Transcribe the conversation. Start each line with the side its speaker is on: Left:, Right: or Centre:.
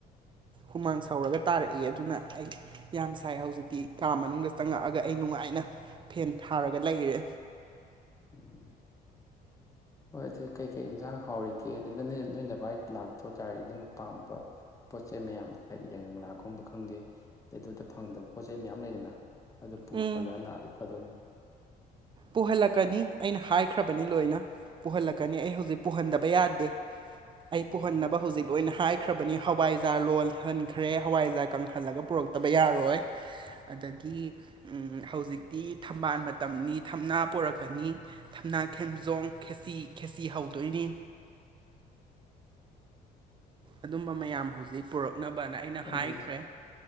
Right: ꯍꯨꯃꯥꯡ ꯁꯧꯔꯒ ꯇꯥꯔꯛꯏ ꯑꯗꯨꯅ ꯑꯩ ꯌꯥꯝ ꯁꯥꯏ ꯍꯧꯖꯤꯛꯇꯤ ꯀꯥ ꯃꯅꯨꯡꯗ ꯆꯪꯉꯛꯑꯒ ꯑꯩ ꯅꯨꯡꯉꯥꯏꯅ ꯐꯦꯟ ꯊꯥꯔꯒ ꯂꯩꯔꯦ
Left: ꯎꯝ ꯍꯣꯏ ꯑꯗꯨ ꯀꯩꯀꯩ ꯏꯟꯖꯥꯡ ꯍꯥꯎꯔꯤꯒꯦ ꯑꯗꯨꯗ ꯅꯪꯅ ꯅꯣꯏ ꯚꯥꯏ ꯂꯥꯛꯇ꯭ꯔ ꯇꯥꯔꯗꯤ ꯅꯪꯅ ꯄꯥꯝꯕ ꯄꯣꯠ ꯆꯩꯩ ꯃꯌꯥꯝꯗꯣ ꯍꯥꯏꯗꯤ ꯌꯥꯏꯉꯪꯅꯥꯒꯨꯝꯕ ꯈꯪꯗꯦ ꯑꯗꯩ ꯑꯗꯨꯗ ꯐꯪꯗꯕ ꯄꯣꯠ ꯆꯩꯩ ꯃꯌꯥꯝ ꯂꯩꯗꯅ ꯑꯗꯨ ꯄꯨꯍꯜꯂꯒ
Right: ꯎꯝ
Left: ꯂꯥꯛꯑꯗꯤ ꯐꯗꯣꯏꯅꯦ
Right: ꯄꯨꯍꯜꯂꯛꯀꯅꯤ ꯑꯩꯅ ꯍꯥꯏꯈ꯭ꯔꯕꯅꯤ ꯂꯣꯏꯅ ꯄꯨꯍꯜꯂꯛꯀꯅꯤ ꯑꯩ ꯍꯧꯖꯤꯛ ꯄꯨꯍꯟꯗꯕ ꯌꯥꯗꯦ ꯑꯩ ꯄꯨꯍꯟꯅꯕ ꯍꯧꯖꯤꯛ ꯂꯣꯏꯅ ꯍꯥꯏꯈ꯭ꯔꯕꯅꯤ ꯍꯋꯥꯏꯖꯥꯔ ꯂꯣꯜꯍꯟꯈ꯭ꯔꯦ ꯍꯋꯥꯏꯖꯥꯔ ꯀꯪꯍꯜꯂꯒ ꯄꯨꯔꯛ ꯐ ꯇꯕ ꯌꯥꯔꯣꯏ ꯑꯗꯒꯤ ꯍꯧꯖꯤꯛꯇꯤ ꯊꯝꯕꯥꯜ ꯃꯇꯝꯅꯤ ꯊꯝꯅꯥ ꯄꯣꯔꯛꯀꯅꯤ ꯊꯝꯅꯥ ꯈꯦꯝꯖꯣꯡ ꯈꯦꯁꯤ ꯈꯦꯁꯤ ꯍꯧꯗꯣꯏꯅꯤ ꯑꯗꯨꯝꯕ ꯃꯌꯥꯝ ꯍꯧꯖꯤꯛ ꯄꯨꯔꯛꯅꯕꯅ ꯑꯩꯅ
Left: ꯅꯪꯕꯨ
Right: ꯍꯥꯏꯈ꯭ꯔꯦ
Left: ꯍꯧꯖꯤꯛ